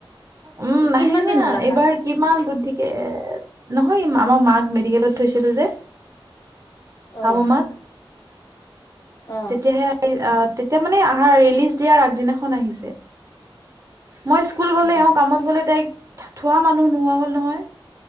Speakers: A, on the right; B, on the left.
A: উম
B: কিমান
A: নাহে
B: দিন
A: না
B: হ'ল আহা
A: এইবাৰ কিমান বুদ্ধিকে এ নহয় আমাক মাক মেডিকেলত থৈছিলো যে শাহো
B: অ
A: মাক।
B: অ
A: তেতিয়াহে আহে। অ তেতিয়া মানে আহাৰ ৰিলিজ দিয়াৰ আগদিনাখন আহিছে, মই স্কুল গলে
B: অ
A: আহও কামত বোলে তাইক থোৱা মানুহ নোহোৱা হ'ল নহয়।